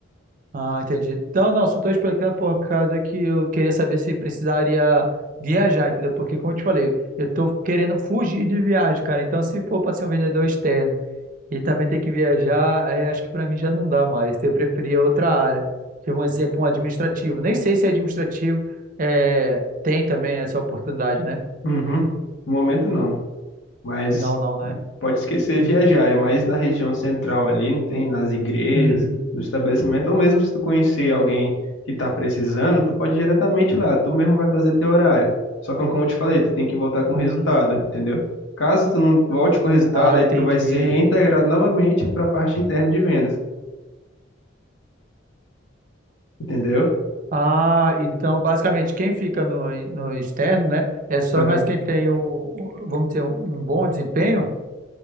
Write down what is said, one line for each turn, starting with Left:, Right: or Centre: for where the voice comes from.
Right: Ah, entendi. Então, não, só tô explicando por causa que eu queria saber se precisaria viajar, entendeu? Porque, como eu te falei, eu estou querendo fugir de viagem, cara. Então, se for para ser um vendedor externo e também ter que viajar, aí acho que para mim já não dá mais. Eu preferia outra área. Tipo, um exemplo, um administrativo. Nem sei se é administrativo é, tem também essa oportunidade, né?
Left: Uhum. No momento não. Mas
Right: Não, não, né?
Left: Pode esquecer
Right: Uhum.
Left: viajar, é mais na região central ali, não tem nas igrejas,
Right: Uhum.
Left: no estabelecimento, ou mesmo se tu conhecer alguém que tá precisando, tu pode ir diretamente lá, tu mesmo vai fazer teu horário. Só que como eu te falei, tu tem que voltar com
Right: Uhum.
Left: resultado, entendeu? Caso tu não volte com resultado,
Right: Ah,
Left: aí
Right: entendi.
Left: tu vai ser reintegrado novamente para a parte interna de vendas, entendeu?
Right: Ah, então basicamente quem fica no, no externo, né? É só
Left: Aham.
Right: mais quem tem o, o- vamos dizer, um, um bom desempenho.